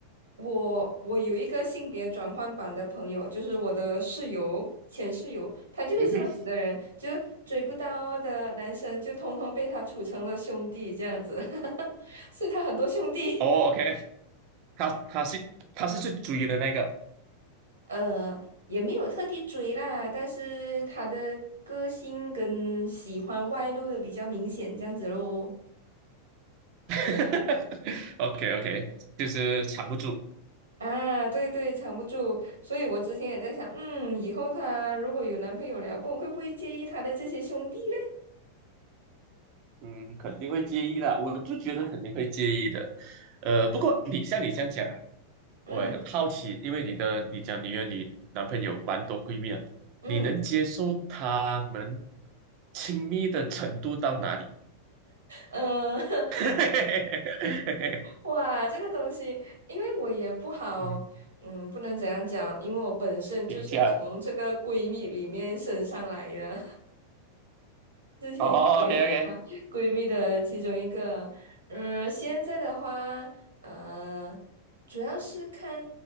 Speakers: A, on the right; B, on the right.
A: 我我有一个性别转换版的朋友，就是我的室友。前室友，他就是这样子的人，
B: 嗯哼。
A: 就追不到的男生，就通通被他处成了兄弟这样子，<laughs> 所以他很多兄弟。
B: 哦，OK，他他是他是去追的那个
A: 呃，也没有特地追啦，但是她的个性跟喜欢外露的比较明显，这样子咯。
B: <laughs>，OK OK，就是藏不住，
A: 啊，对对，藏不住，所以我之前也在想，嗯，以后她如果有男朋友了，不懂会不会介意她的这些兄弟嘞？
B: 嗯，肯定会介意的，我就觉得肯定会介意的，呃，不过你像你这样讲啊，
A: 嗯
B: 我也很好奇，因为你的你讲你和你男朋友蛮多闺蜜啊，
A: 嗯，
B: 你能接受他们亲密的程度到哪里？
A: 呃，<laughs>
B: <laughs>
A: 哇，这个东西，因为我也不好，
B: 嗯，
A: 嗯，不能怎样讲，因为我本身就是从这个闺蜜里面升上来的，
B: 评价哦，OK
A: <laughs> 也
B: OK，
A: 闺蜜的其中一个。嗯，现在的话，呃，主要是看